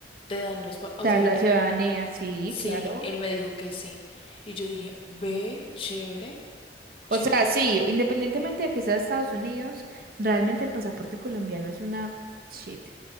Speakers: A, on the left (about 30°); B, on the right (about 55°).
A: te dan los, pa- o
B: Tal
A: sea,
B: la
A: eh,
B: ciudadanía, sí,
A: sí,
B: claro.
A: él me dijo que sí. Y yo dije, ve,
B: Mm.
A: chévere,
B: O
A: chévere,
B: sea, sí,
A: chévere,
B: independientemente de que sea Estados Unidos, realmente el pasaporte colombiano es una shit.